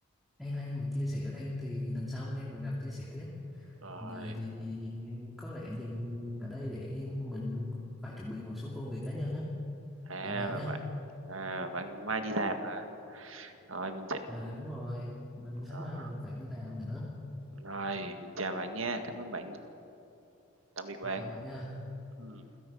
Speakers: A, in the centre; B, on the right.
A: hay hay mà chia sẻ thêm thì lần sau anh em mình gặp chia sẻ tiếp
B: Rồi,
A: còn giờ thì có lẽ dừng ở đây để mình phải chuẩn bị một số công việc cá nhân á
B: à,
A: chào bạn nhé
B: bạn, à, bạn mai đi làm hả? Rồi, mình sẽ,
A: ừ đúng rồi mình sáng
B: à,
A: mai mình phải đi làm nữa
B: rồi, mình chào bạn nha, cảm ơn bạn, tạm biệt bạn.
A: chào bạn nha
B: Ừm.